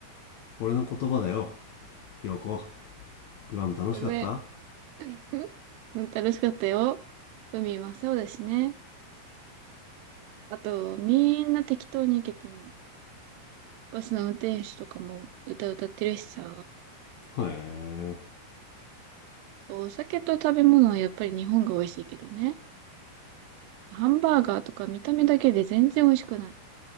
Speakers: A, on the left; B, on the right.
A: 俺の言葉だよ陽子グアム楽しかった
B: ごめん。<laughs> うん、楽しかったよ。海真っ青だしね。あと、みんな適当に行けてんの。バスの運転手とかも歌歌ってるしさ。
A: へえ
B: お酒と食べ物はやっぱり日本が美味しいけどね。ハンバーガーとか見た目だけで全然美味しくない。